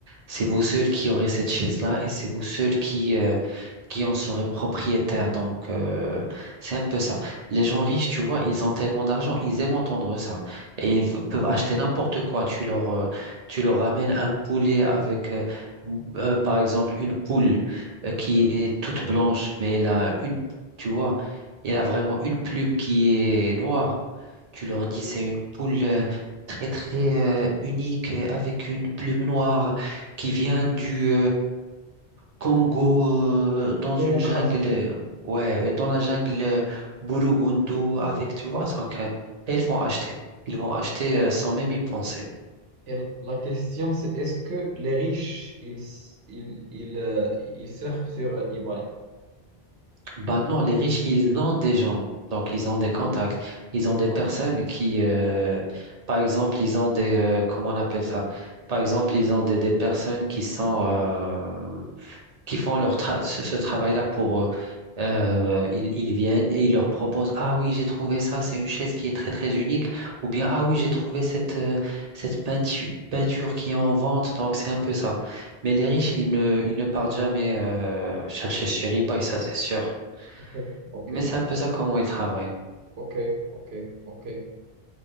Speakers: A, on the right; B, on the right.
A: c'est vous seul qui aurez cette chaise-là et c'est vous seul qui, euh, qui en seraient propriétaires. Donc, euh, c'est un peu ça. Les gens riches, tu vois, ils ont tellement d'argent, ils aiment entendre ça. Et ils v- peuvent acheter n'importe quoi. Tu leur, euh, tu leur ramènes un poulet avec, euh, euh, par exemple, une poule euh, qui est toute blanche, mais elle a une, tu vois, elle a vraiment une plume qui est noire. Tu leur dis, c'est une poule. euh, très très euh, unique euh, avec une plume noire qui vient du Congo euh, dans
B: démocratique.
A: une jungle, euh, ouais, dans la jungle euh, Burundu avec, tu vois, donc, euh, et ils vont acheter. Ils vont acheter euh, sans même y penser.
B: Et la question, c'est est-ce que les riches, ils, ils, ils, euh, ils surfent sur eBay?
A: Bah non, les riches, ils ont des gens, donc ils ont des contacts, ils ont des
B: Ok,
A: personnes qui, euh, par exemple, ils ont des, euh, comment on appelle ça? Par exemple, ils ont des, des personnes qui sont, euh, qui font leur tra- ce, ce travail-là pour eux. Euh, ils, ils viennent et ils leur proposent, Ah oui, j'ai trouvé ça, c'est une chaise qui est très très unique, ou bien Ah oui, j'ai trouvé cette, euh, cette peinture, peinture qui est en vente, donc c'est un peu ça. Mais les riches, ils ne, ils ne partent jamais euh, chercher chez eBay, ça c'est sûr.
B: ok, ok,
A: Mais c'est un peu ça comment ils travaillent.
B: ok, ok, ok.